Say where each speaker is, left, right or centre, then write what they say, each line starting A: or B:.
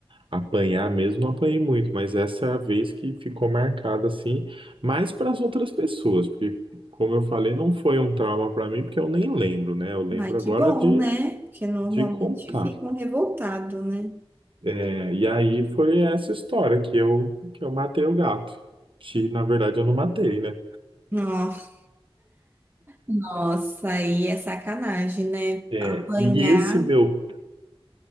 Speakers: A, on the right; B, on the right.
A: Apanhar mesmo não apanhei muito, mas essa é a vez que ficou marcada assim, mais para as outras pessoas, porque, como eu falei, não foi um trauma para mim, porque eu nem lembro, né? Eu lembro
B: Ai, que
A: agora
B: bom,
A: de,
B: né? Porque normalmente
A: de contar.
B: ficam revoltados, né?
A: É, e aí foi essa história que eu, que eu matei o gato, que na verdade eu não matei, né?
B: Nossa, nossa, aí é sacanagem, né?
A: É,
B: Apanhar,
A: e esse meu,